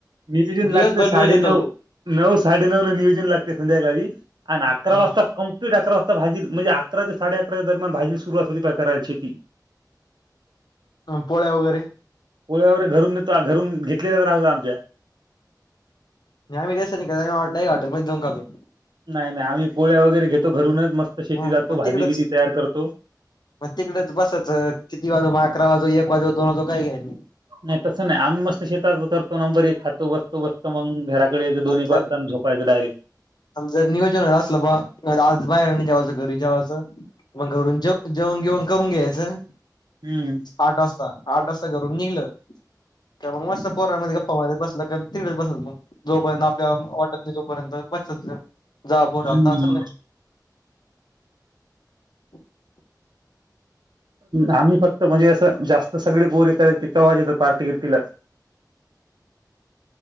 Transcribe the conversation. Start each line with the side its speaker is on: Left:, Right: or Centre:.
Right: नियोजन लागतं
Left: दिवसभर
Right: साडेनऊ
Left: नियोजन चालतं
Right: नऊ साडे नऊ ला नियोजन लागते संध्याकाळी आणि अकरा
Left: हम्म
Right: वाजता कंप्लीट अकरा वाजता भाजी म्हणजे अकरा ते साडे अकरा दरम्यान भाजी सुरुवात होती पय करायला शेती
Left: पोळ्या वगैरे
Right: पोळ वगैरे घरून नेतो घरून घेतलेल्या तर राह आमच्या
Left: नाही मी तेट मा दोन घातो <unintelligible>
Right: नाही नाही आम्ही पोळ्या वगैरे घेतो घरूनच मस्त शेती
Left: हा
Right: जातो
Left: मग
Right: भाजी
Left: तिकडच
Right: बीजी तयार करतो.
Left: मग तिकडेच बसच किती वाजू म अकरा वाजू, एक वाजू, दोन वाजू, काय घय
Right: नाही तसं नाही आम्ही मस्त शेतात करतो नंबर एक खातो बसतो बसतो मग घराकडे दोन्ही
Left: जर
Right: पास्ताना झोपायचं डायरेक्ट.
Left: जर नियोजन वला अस बा आज बाहेर जेवायचं घरी जेवायचं मग घ जेव जेवण बिवन करून घ्यायचं
Right: हम्म
Left: आठ वाजता आठ वाजता घरून निघलं.. का मग मस्त पोरामध्ये पवायला बसला का तिकडच बसायचं मग जोपर्यंत आपल्या वाट जोपर्यंत प जा बोटालता
Right: हम्म.
Left: ल <unintelligible> <inaudible>
Right: आम्ही फक्त म्हणजे असं जास्त सगळे पोरी करय पिकवाजे तर पार्टी बिर्तीलाच <inaudible>